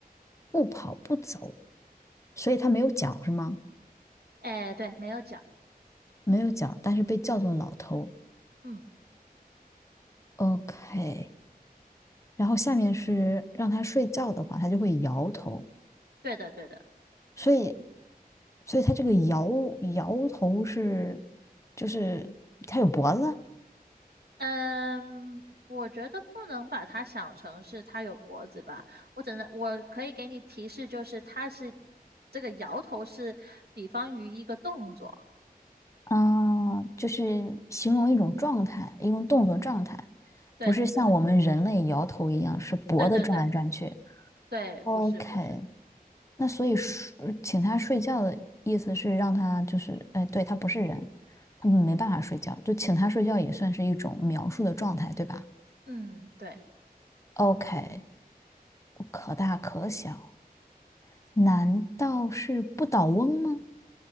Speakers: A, on the left; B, on the right.
A: 不跑不走，所以它没有脚是吗？
B: 哎，对，没有脚，
A: 没有脚，但是被叫做老头。
B: 嗯，
A: OK，然后下面是让它睡觉的话，它就会摇头。
B: 对的，对的，
A: 所以，所以它这个摇摇头是，就是它有脖子，
B: 嗯，我觉得不能把它想成是它有脖子吧，我只能我可以给你提示，就是它是这个摇头是比方于一个动作，
A: 啊，就是形容一种状态，一种动作状态，
B: 对的，
A: 不是像我们人类摇头一样，
B: 对的，
A: 是脖子转来转去。
B: 对对对对，
A: OK，
B: 不是不是，
A: 那所以睡请他睡觉的意思是让他就是，哎，对，他不是人，他们没办法睡觉，就请他睡觉也算是一种描述的状态，对吧
B: 嗯，对
A: ？OK，可大可小，难道是不倒翁吗？